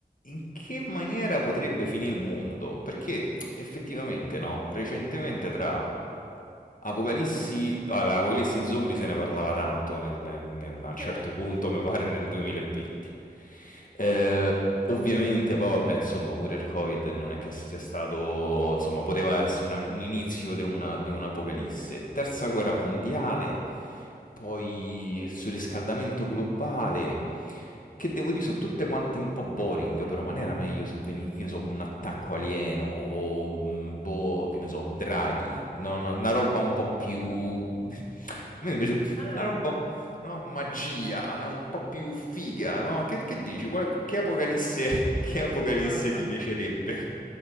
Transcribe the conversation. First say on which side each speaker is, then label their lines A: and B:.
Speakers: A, on the left (about 55°); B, on the left (about 35°).
A: In che maniera potrebbe finì il mondo? Perché effettivamente, no, recentemente tra Apocalissi, allora, Apocalissi zombie se ne parlava tanto nel- nel- nel- a un certo
B: <laughs>
A: punto, mi pare nel 2020. Eh, ovviamente, poi vabbè, insomma, pure il Covid non è che sia stato, insomma, poteva essere una- un inizio di una, di un'apocalisse. Terza guerra mondiale poi il surriscaldamento globale, che devo dire sono tutte quante un po' boring, però ma non era meglio se venisse, che ne so, un attacco alieno o, mm, boh, che ne so, draghi, no, no, una roba un po' più... <laughs> A me invece
B: Allora,
A: una roba, no, magia, no, un po' più figa, no? Che, che dici? Qual- che apocalisse, <laughs> che apocalisse
B: guarda,
A: ti piacerebbe?